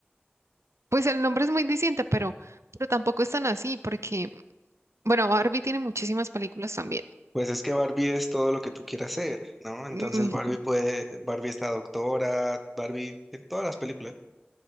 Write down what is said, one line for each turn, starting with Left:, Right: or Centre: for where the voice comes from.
Right: Pues el nombre es muy diciente, pero, pero tampoco es tan así, porque, bueno, Barbie tiene muchísimas películas también.
Centre: Pues es que Barbie es todo lo que tú quieras ser, ¿no? Entonces
Right: Mm,
Centre: Barbie puede, Barbie está doctora, Barbie en todas las películas.